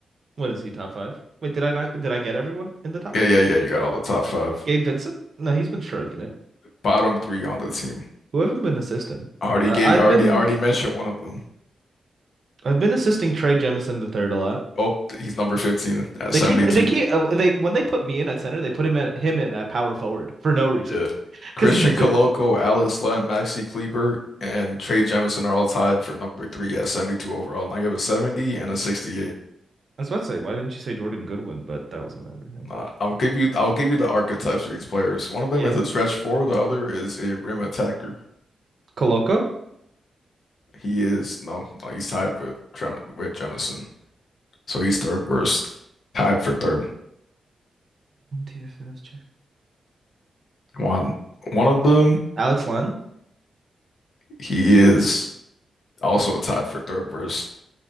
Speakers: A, on the right; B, on the left.
A: What is he, top five? Wait, did I not did I get everyone in the top
B: Yeah,
A: five?
B: yeah, yeah. You got all the top five.
A: Gabe Vincent? No, he's been stroking it.
B: Bottom three on the team.
A: Who haven't been assisting?
B: I already
A: Uh,
B: gave.
A: I've
B: I already
A: been
B: I already mentioned one of them.
A: I've been assisting Trey Jemison the third a lot.
B: Oh, he's number 15 at
A: They
B: 72.
A: keep they keep uh, they when they put me in at center, they put him at him in at power forward for no reason
B: Yeah. Christian
A: because he doesn't.
B: Coloco, Alex Len, Maxi Kleber, and Trey Jemison are all tied for number three at 72 overall. And I give a 70 and a 68.
A: I was about to say, why didn't you say Jordan Goodwin? But that wasn't everything.
B: Uh, I'll give you I'll give you the archetypes for these players. One of them
A: Yeah,
B: is a stretch four, the other is a rim attacker.
A: Koloko.
B: He is no, no he's tied with Trem with Jemison. So he's third worst, tied for third.
A: TFS,
B: One one of them,
A: Alex Len.
B: he is also tied for third worst.